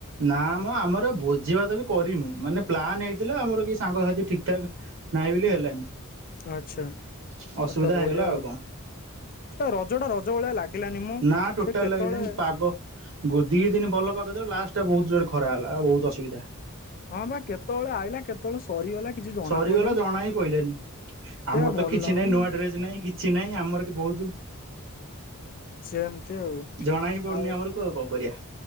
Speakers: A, on the right; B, on the left.
A: ନା ମୁଁ ଆମର ଭୋଜି ଭାତ ବି କରିନୁ ମାନେ ପ୍ଲାାନ ହେଇଥିଲା ଆମର କିଛି ସାଙ୍ଗସଥି ଠିକ ଠାକ୍ ନାହିଁ ବୋଲି ହେଲାନି। ଅସୁବିଧା
B: ଆଚ୍ଛା ତ ବଢିଆ
A: ହେଇଗଲା ଆଉ କଣ
B: ସେ ରଜ ଟା ରଜ ଭଳିଆ ଲାଗିଲାନି ମ।
A: ନା ଟୋଟାଲ
B: ସେ କେତେବେଳେ
A: ଲାଗ ପାଗ ଦି ଦିନ ଭଲ ପାଗ ଦେବ ଲାଷ୍ଟ ଖରା ହେଲା ବହୁତ ଅସୁବିଧା।
B: ହଁ ବା କେତେବେଳେ ଆଇଲାା କେତେବେଳେ? ସରିଗଲା କିଛି ଜଣା
A: ସରିଗଲା
B: ପଇଲାନି।
A: ଜଣା ହି କହିଲେନି
B: ସେଆ
A: ଆମର ତ
B: ଭଲ
A: କିଛି
B: ଲାଗୁନି
A: ନାହିଁ ନୂଆ
B: ଆଉ।
A: ଡ୍ରେସ ନାହିଁ କିଛି ନହିଁ ଆମର କି ବହୁତ
B: ସେମତି ଆଉ।
A: ଜଣା ହିଁ ପଡୁନି
B: ଆଉ
A: ଆମର କ କଣ କରିବା।